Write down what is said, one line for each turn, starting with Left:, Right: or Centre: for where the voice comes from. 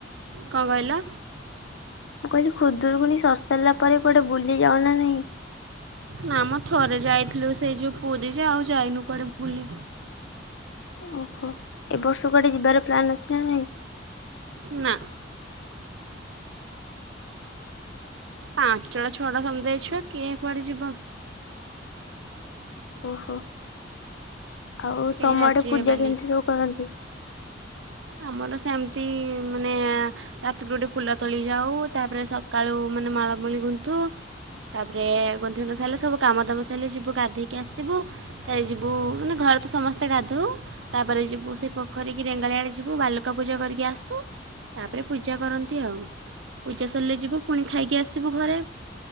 Right: କଣ କହିଲ?
Left: ମୁଁ କହିଲି ଖୁଦୁରୁକୁଣୀ ସରି ସାର୍ ଲା ପରେ କୁଆଡେ ବୁଲି ଯାଅ ନା ନାହିଁ?
Right: ନାଆ ମ ଥରେ ଯାଇଥିଲୁ ସେଇ ଯୋଉ ପୁରୀ ଯେ, ଆଉ ଯାଇନୁ କୁଆଡେ ବୁଲି।
Left: ଓହୋ! ଏବ ବର୍ଷ କୁଆଡେ ଯିବାର ପ୍ଲାନ୍ ଅଛି ନା ନାଇଁ?
Right: ନା। ପାଞ୍ଚଟା, ଛଅଟା ସମୁଦାଏ ଛୁଆ, କିଏ କୁଆଡେ ଯିବଁ?
Left: ଓହୋ! ଆଉ
Right: କେହି
Left: ତମ
Right: ରାଜି
Left: ଆଡେ ପୂଜା
Right: ହେବେନି
Left: କେଁତି ସବୁ କରନ୍ତି?
Right: ଆମର ସେମିତି-ଇ, ମାନେ-ଏଁ ରାତିକୁରୁ ଉଠୀ ଫୁଲ ତୋଳି ଯାଉ। ତା'ପରେ ସକାଳୁ ମାନେ ମାଳମୂଳି ଗୁନ୍ତୁ। ତା'ପରେ ଗୁନ୍ଥିଗୁନ୍ଥା ସାରିଲେ ସବୁ କାମ ଦାମ ସାଇଲେ, ଯିବୁ ଗାଧେଇକି ଆସିବୁ। ତା ରେ ଯିବୁ, ମାନେ ଘରେ ତ ସମସ୍ତେ ଗାଧଉ। ତାପରେ ଯିବୁ ସେଇ ପୋଖରୀ କିି ରେଙ୍ଗାଳି ଆଡ଼େ ଯି ଯିବୁ ବାଲୁକା ପୂଜା କରିକି ଆସୁ। ତା'ପରେ ପୂଜା କରନ୍ତି ଆଉ। ପୂଜା ସରିଲେ ଯିବୁ, ପୁଣି ଖାଇକି ଆସିବୁ ଘରେ।